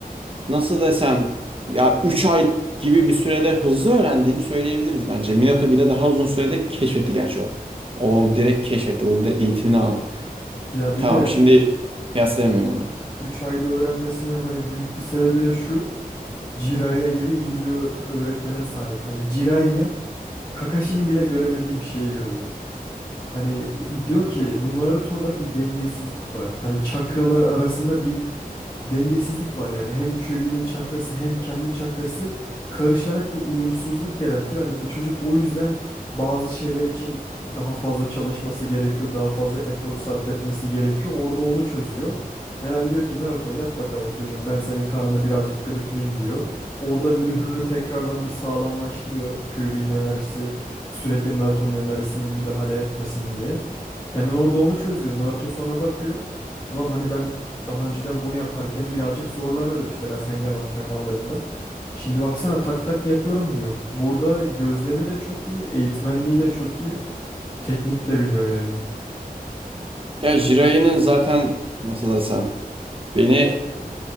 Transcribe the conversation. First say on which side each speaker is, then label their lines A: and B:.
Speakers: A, on the right; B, on the left.
A: nasıl desem ya 3 ay gibi bir sürede hızlı öğrendiğini söyleyebiliriz bence. Minato bile daha uzun sürede keşfetti gerçi o. O direkt keşfetti. O da eğitimini aldı.
B: Ya bir
A: Tamam
B: de
A: şimdi kıyaslayamıyorum onu.
B: 3 ayda öğrenmesinin hani büyük bir sebebi de şu. Jiraiya gibi iyi bir ö- öğretmene sahip. Hani Jiraiya Kakashi'nin bile göremediği bir şeyi görüyor. Hani diyor ki bu Naruto'da bir dengesizlik var. Hani çakralar arasında bir dengesizlik var yani. Hem QB'nin çakrası hem kendi çakrası karışarak bir uyumsuzluk yaratıyor. Hani bu çocuk o yüzden bazı şeyler için daha fazla çalışması gerekiyor, daha fazla efor sarf etmesi gerekiyor. Orada onu çözüyor. Hemen diyor ki Naruto yat bakalım çocuğum ben senin karnını birazcık gıdıklayayım diyor. Orada mührünü tekrardan bir sağlamlaştırıyor. QB'nin enerjisi sürekli Naruto'nun enerjisine müdahale etmesin diye. Hemen orada onu çözüyor. Naruto sonra bakıyor. Ulan hani ben daha önceden bunu yaparken birazcık zorlanıyordum işte Rasengan antrenmanlarında. Şimdi baksana tak tak yapıyorum diyor. Burada gözlemi de çok iyi, eğitmenliği de çok iyi, teknik de biliyor yani.
A: Ya Jiraiya'nın zaten nasıl desem beni